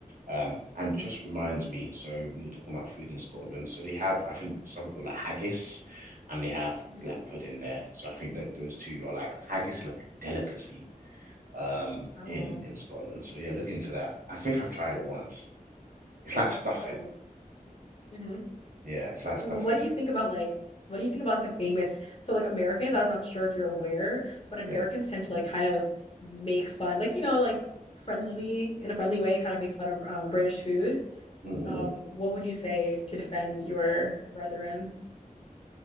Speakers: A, on the right; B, on the left.
A: Um, and
B: mm-hmm,
A: just reminds me, so we were talking about food in Scotland. So they have, I think, something called like haggis, and they have
B: mm-hmm.
A: black pudding there. So I think that those two are like haggis is like a delicacy um
B: Oh.
A: in in Scotland. So yeah, look into that. I think I've tried it once. It's like stuffing.
B: Oh, hmm
A: Yeah, it's like
B: What
A: stuffing.
B: do you think about like what do you think about like the famous so like Americans, I'm not sure if you're aware, but Americans
A: Yeah.
B: tend to like kind of make fun, like you know, like friendly in a friendly way, kind of make fun of um British food.
A: Mm-mm-mm.
B: Um, what would you say to defend your brethren?